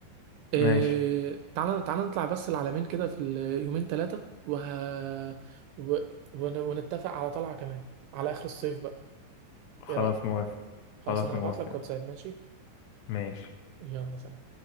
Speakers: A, on the right; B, on the left.
A: إيه
B: ماشي
A: تعالى تعالى نطلع بس العلمين كده في اليومين ثلاثة وه... و... ون... ونتفق على طلعة كمان على آخر الصيف بقى
B: خلاص
A: ايه رأيك
B: موافق
A: خلاص
B: خلاص
A: انا
B: موافق
A: هبعت لك واتساب ماشي
B: ماشي
A: يلا سلام